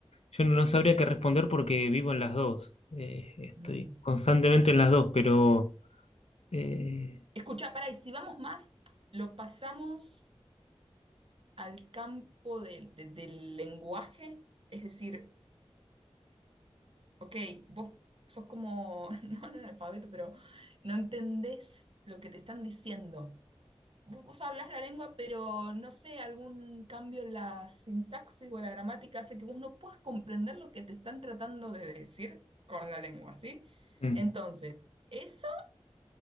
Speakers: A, on the left; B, on the right.
A: yo no no sabría qué responder porque vivo en las dos. eh, estoy
B: Mm.
A: constantemente en las dos, pero eh,
B: Escuchá, pará, y si vamos más, lo pasamos al campo del de- del lenguaje, es decir, ok, vos sos como, <laughs> no analfabeto, pero no entendés lo que te están diciendo. vos, vos hablás la lengua, pero no sé, algún cambio en la sintaxis o en la gramática hace que vos no puedas comprender lo que te están tratando de decir con la lengua, ¿sí?
A: mm,
B: Entonces, eso,